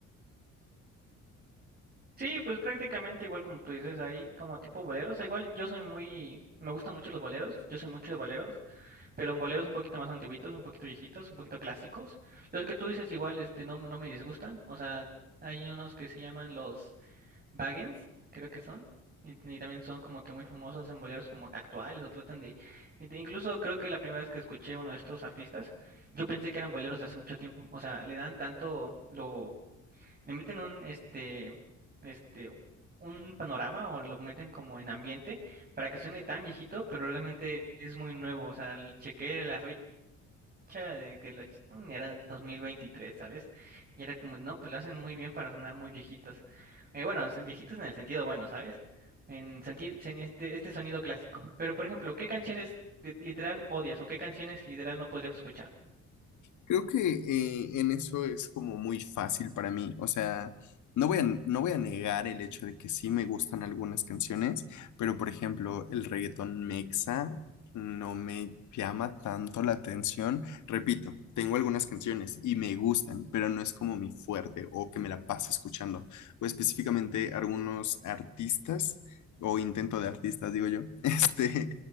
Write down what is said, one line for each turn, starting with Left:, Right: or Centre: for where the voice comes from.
Right: Sí, pues prácticamente igual como tú dices, hay como tipo boleros. Ah, Igual yo soy muy, me gustan mucho los boleros, yo soy mucho de boleros, pero en boleros un poquito más antiguitos, un poquito viejitos, un poquito clásicos. Los que tú dices igual, este, no, no me disgustan. O sea, hay unos que se llaman los Baggins, creo que son. Y, y también son como que muy famosos en boleros como que actuales o tratan de... in- Incluso creo que la primera vez que escuché a uno de estos artistas, yo pensé que eran boleros de hace mucho tiempo. O sea, le dan tanto lo le meten un este este un panorama o lo meten como en ambiente para que suene tan viejito, pero realmente es muy nuevo, o sea, el- chequeé la fecha de que lo echaron y era dos mil veintitrés ¿sabes? Y era como, no, pues lo hacen muy bien para sonar muy viejitos. Eh, bueno, son viejitos en el sentido bueno, ¿sabes? En sentido en este este sonido clásico. Pero por ejemplo, ¿qué canciones li- literal odias o qué canciones literal no podrías escuchar?
Left: Creo que eh, en eso es como muy fácil para mí. O sea, no voy a, no voy a negar el hecho de que sí me gustan algunas canciones, pero por ejemplo, el reggaetón mexa no me llama tanto la atención. Repito, tengo algunas canciones y me gustan, pero no es como mi fuerte o que me la pase escuchando. O específicamente algunos artistas o intento de artistas, digo yo, <laughs> este,